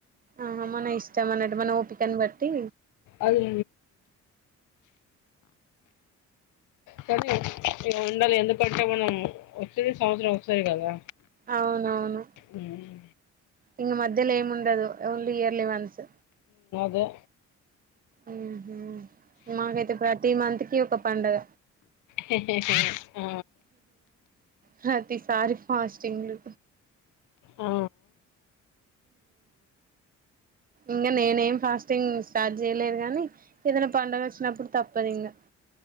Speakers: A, on the right; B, on the left.
A: ఆహా మన ఇష్ట చ్చామన్నటు మన ఓపికని బట్టి
B: అది కానీ ఉండాలి ఎందుకంటే మనం వచ్చేంది సంవత్సరం ఒకసారి కదా
A: అవునవును
B: మ్మ్.
A: ఇంగ మధ్ ధ్యలో ఏముండదు ఓన్లీ ఇయర్లీ వన్స్
B: ధ్యా
A: ఉహు మాకైతే ప్రతి మంత్ కి ఒక పండగ
B: ఆ!
A: ప్రతిసారి ఫస్టింగ్ లు
B: ఆ
A: ఇంకా నేనేం ఫాస్టింగ్ స్టార్ట్ చేయలేదు కానీ ఏదైనా పండగ వచ్చినప్పుడు తప్పదింగా